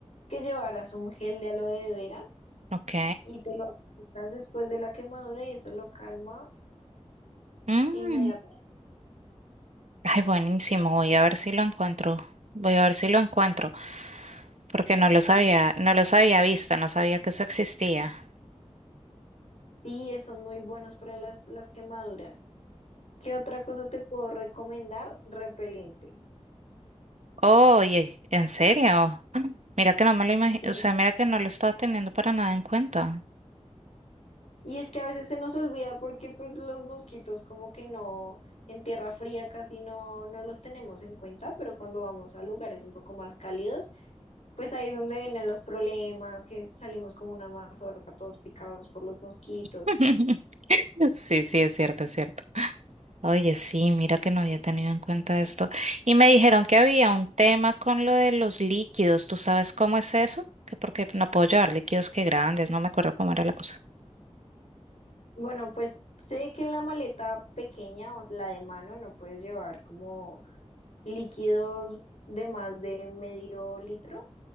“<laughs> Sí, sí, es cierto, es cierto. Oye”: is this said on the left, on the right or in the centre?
Right